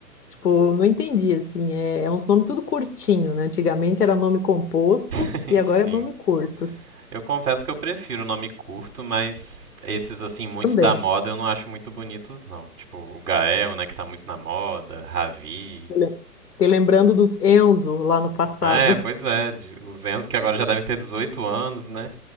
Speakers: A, on the left; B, on the right.
A: Tipo, não entendi, assim, é, é uns nomes tudo curtinho, né? Antigamente era nome composto
B: <laughs>
A: e agora
B: Sim.
A: é nome curto
B: Eu confesso que eu prefiro o nome curto, mas esses, assim, muito
A: também.
B: da moda eu não acho muito bonitos, não. Tipo, o Gael, né, que tá muito na moda, Ravi.
A: Le- Fiquei lembrando dos Enzo lá no passado.
B: É,
A: <laughs>
B: pois é, de- os Enzo que agora já devem ter 18 anos, né?